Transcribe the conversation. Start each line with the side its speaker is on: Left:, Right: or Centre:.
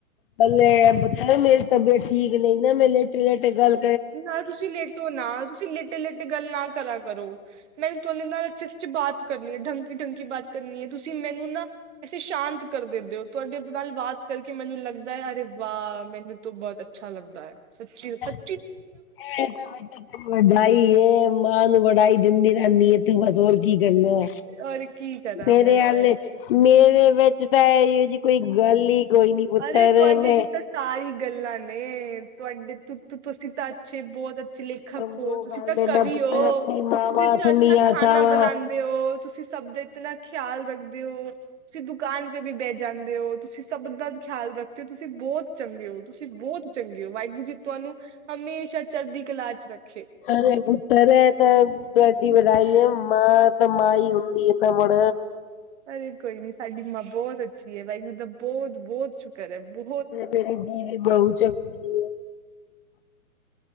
Left: ਪਹਿਲੇ ਮੇਰੀ ਤਬੀਅਤ ਠੀਕ ਨਹੀਂ ਨਾ, ਮੈਂ ਲੇਟੇ-ਲੇਟੇ ਗੱਲ
Right: ਨਾ ਤੁਸੀ ਲੇਟੋ ਨਾ, ਤੁਸੀ ਲੇਟੇ-ਲੇਟੇ ਗੱਲ ਨਾ ਕਰਾ ਕਰੋ। ਮੈਨੂੰ ਤੁਨੇ ਨਾਲ ਜਸਟ ਬਾਤ ਕਰਨੀ ਐ, ਢੰਗ ਕੀ ਢੰਗ ਕੀ ਬਾਤ ਕਰਨੀ ਐ, ਤੁਸੀਂ ਮੈਨੂੰ ਨਾ ਤੁਸੀਂ ਸ਼ਾਂਤ ਕਰ ਦਿੰਦੇ ਹੋ, ਤੁਹਾਡੇ ਨਾਲ ਬਾਤ ਕਰਕੇ ਮੈਨੂੰ ਲੱਗਦਾ ਅਰੇ ਵਾਹ, ਮੈਨੂੰ ਤੋ ਬਹੁਤ ਅੱ ਅੱਛਾ ਲੱਗਦਾ ਐ। ਸੱਚੀ ਸੱਚ
Left: ਇਹ ਐਥੇ ਬੈਠੇ ਬਾਈ ਮਾਂ ਨੂੰ ਵਡਾਈ ਦਿੰਦੀ ਰਹਿੰਦੀ ਹੈ, ਤੂੰ ਬਸ ਹੋਰ ਕੀ ਕਰਨਾ ਐ,
Right: ਔਰ ਕੀ ਕਰਾਂ
Left: ਮੇਰੇ
Right: ਮੈਂ
Left: ਆਲੇ ਮੇਰੇ ਵਿੱਚ ਤਾਂ ਇਹੀ ਜਿਹੀ ਕੋਈ ਗੱਲ ਹੀ ਕੋਈ ਨੀ ਪੁੱਤਰ,
Right: ਅਰੇ ਤੁਹਾਡੇ
Left: ਮੈਂ
Right: ਚ ਤਾਂ ਸਾਰੀ ਗੱਲਾਂ ਨੇ ਤੁਹਾਡੇ ਤੋਂ, ਤੁਸੀਂ ਤਾਂ ਅੱਛੇ ਬਹੁਤ ਅੱ ਤੁਸੀਂ ਲੇਖਕ
Left: ਉਹ
Right: ਹੋ, ਤੁਸੀਂ
Left: ਗੱਲ
Right: ਤਾਂ ਕਵੀ
Left: ਨਾ ਪੁੱਤਰ
Right: ਹੋ,
Left: ਆਪਣੀ
Right: ਤੁਸੀਂ
Left: ਮਾਵਾਂ ਠੰਡੀਆਂ
Right: ਅੱਛਾ ਖਾਣਾ
Left: ਛਾਵਾਂ
Right: ਬਣਾਂ ਦੇ ਹੋ, ਤੁਸੀਂ ਸਭ ਦਾ ਇਤਨਾ ਖਿਆਲ ਰੱਖਦੇ ਹੋ। ਤੁਸੀਂ ਦੁਕਾਨ ਤੇੇ ਵੀ ਬਹਿ ਜਾਂਦੇ ਹੋ, ਤੁਸੀਂ ਸਭ ਦਾ ਖਿਆਲ ਰੱਖਦੇ ਹੋ, ਤੁਸੀਂ ਬਹੁਤ ਚੰਗੇ ਹੋ, ਤੁਸੀਂ ਬਹੁਤ ਚੰਗੇ ਹੋ, ਵਾਹਿਗੁਰੂ ਜੀ ਤੁਹਾਨੂੰ ਹਮੇਸ਼ਾ ਚੜ੍ਹਦੀ ਕਲਾ ਚ ਰੱਖੇ।
Left: ਅਰੇ ਪੁੱਤਰਰੇ ਤਾਂ ਤੁਡੀ ਵੜਾਈ ਹੈ ਮਾਂ ਤਾਂ ਮਾਂ ਹੀ ਹੁੰਦੀ ਇਹਨਾ ਮੁੜ
Right: ਅਰੇ ਕੋਈ ਨੀ ਸਾਡੀ ਮਾਂ ਬਹੁਤ ਅੱਛੀ ਏ ਵਾਹਿੂ ਤਾਂ ਬਹੁਤ ਬਹੁਤ ਸ਼ੁ ਕਰ ਬ
Left: ਮੇਰੀ ਧੀ ਵੀ ਬਹੁ ਚਗਗੀਈ